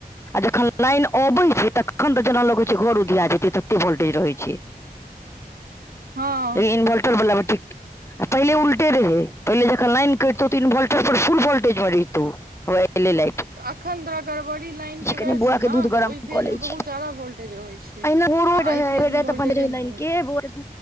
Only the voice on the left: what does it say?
जख लाइन अबै छै तखन जेना लगै छै घर उधिया जेतै तते वोल्टेज रहै छै
इन भोलटर बला बेट्रीक आ पहिले उल्टे रहै पहिले जखन लइन करटितौ तऽ इनवोल्टर पर फुल वोल्टेजमे रहितौ होवै एलै लाइट
कनि
बौआ
के दूध
गरम
कऽ लै
छी
अहिना
भोरो रहै
भरि
राति
अपन
लाइन
के
भोरे